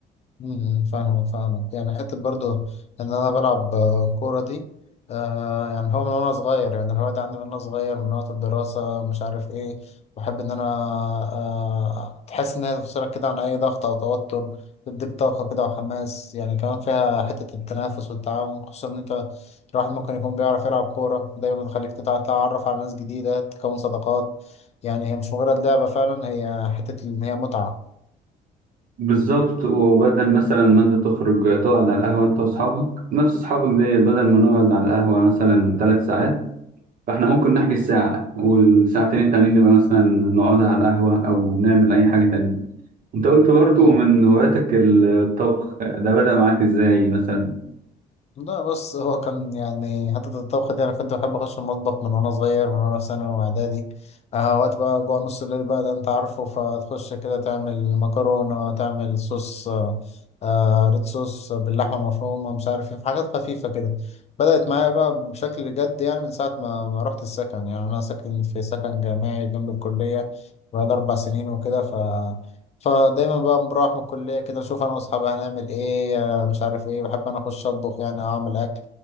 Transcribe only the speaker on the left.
امم، فاهمك فاهمك يعني حتة برضو إن أنا بلعب آه، كورة دي آه يعني هو من وأنا صغير يعني الهواية دي عندي من وأنا صغير من وقت الدراسة مش عارف إيه بحب إن أنا آه تحس إن هي تفصلك كده عن أي ضغط أو توتر تديك طاقة كده وحماس يعني كمان فيها حتة التنافس والتعاون خصوصا إن أنت الواحد ممكن يكون بيعرف يلعب كورة دايما بتخليك تتع- تتعرف على ناس جديدة تكون صداقات يعني هي مش مجرد لعبة فعلا هي حتة إن هي متعة.
مم.
لا بص هو كان يعني حتة الطبخ دي أنا كنت بحب أخش المطبخ من وأنا صغير من وأنا في ثانوي وإعدادي آه وقت بقى جوع نص الليل بقى ده أنت عارفه فتخش كده تعمل مكرونة تعمل صوص آه آه، ريد صوص باللحمة المفرومة مش عارف إيه في حاجات خفيفة كده بدأت معايا بقى بشكل جد يعني من ساعة ما ما رحت السكن يعني أنا ساكن في سكن جامعي جنب الكلية بقى أربع سنين وكده ف فدايما بقى بروح من الكلية كده أشوف أنا وأصحابي هنعمل إيه مش عارف ايه بحب انا اخش اطبخ يعني اعمل اكل